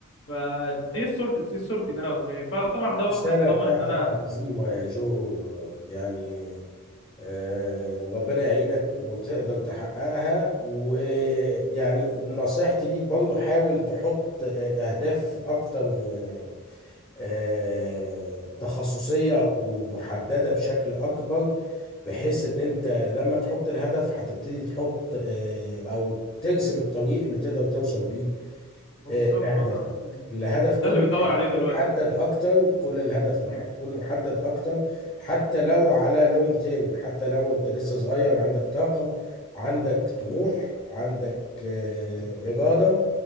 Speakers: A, on the left; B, on the left.
A: فدي صورتي دي صورتي ان انا فيه. فطبعا
B: الرسالة
A: دوت هيتضمن
B: بتاعتك
A: ان انا
B: عظيمة يا جو يعني آه، ربنا يعينك وتقدر تحققها ويعني نصيحتي ليك برضو حاول تحط آه، أهداف أكتر آه، آه، تخصصية
A: مم.
B: ومحددة بشكل أكبر بحيث
A: مم.
B: إن أنت لما تحط الهدف هتبتدي تحط آه، أو ترسم الطريق اللي تقدر توصل بيه
A: ما
B: آه،
A: بالظبط
B: لهدفك
A: ما ده مم.
B: الهدف كل
A: ده اللي بندور
B: ما هيكون
A: عليه دلوقتي
B: محدد اكتر كل الهدف
A: مم.
B: ما هيكون محدد اكتر حتى لو على لونج تيرم حتى لو انت لسه صغير عندك طاقة عندك طموح عندك آه، إرادة